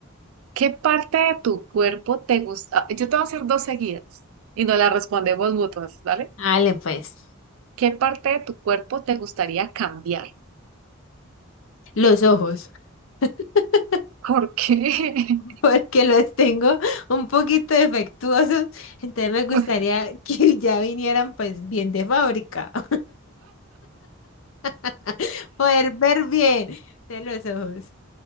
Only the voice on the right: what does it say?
¿qué parte de tu cuerpo te gusta? Ah, Yo te voy a hacer dos seguidas y nos las respondemos mutuas, ¿vale?
¿Qué parte de tu cuerpo te gustaría cambiar?
¿Por qué?
<laughs>